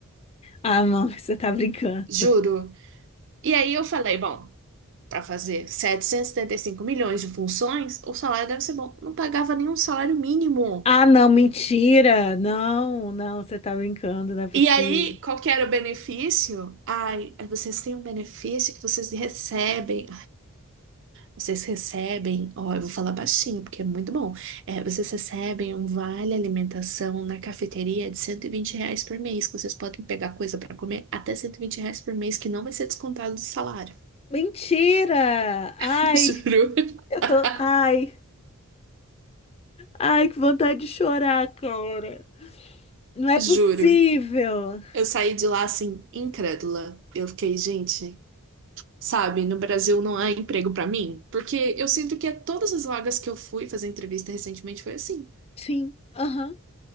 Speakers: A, on the left (about 25°); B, on the right (about 55°).
A: Ah, não, <laughs> você tá brincando.
B: juro. E aí eu falei, bom, para fazer setecentos e setenta e cinco milhões de funções, o salário deve ser bom. Não pagava nenhum salário mínimo.
A: Ah, não, mentira. Não, não, você tá brincando, não é possível.
B: E aí, qual que era o benefício? Ai, vocês têm um benefício que vocês recebem. Vocês recebem, ó, eu vou falar baixinho porque é muito bom. É, vocês recebem um vale alimentação na cafeteria de 120 reais por mês, que vocês podem pegar coisa para comer até 120 reais por mês, que não vai ser descontado do salário.
A: Mentira! Ai,
B: <laughs> Juro.
A: eu tô.
B: <laughs>
A: Ai, ai, que vontade de chorar, cara. Não é
B: Juro.
A: possível.
B: Eu saí de lá assim, incrédula. Eu fiquei, gente, sabe, no Brasil não há emprego para mim? Porque eu sinto que a todas as vagas que eu fui fazer entrevista recentemente foi assim.
A: Sim, aham,